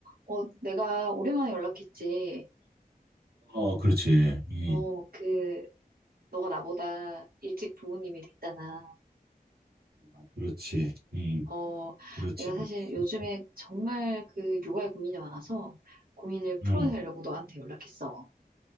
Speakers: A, on the right; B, on the right.
A: 어, 내가 오랜만에 연락했지.
B: 어, 그렇지. 이,
A: 어, 그, 너가 나보다 일찍 부모님이 됐잖아.
B: 아, 그렇지. 이,
A: 어,
B: 그렇지,
A: 내가
B: 그렇지.
A: 사실 요즘에 정말 그 육아에 고민이 많아서 고민을 풀어내려고
B: 어.
A: 너한테 연락했어.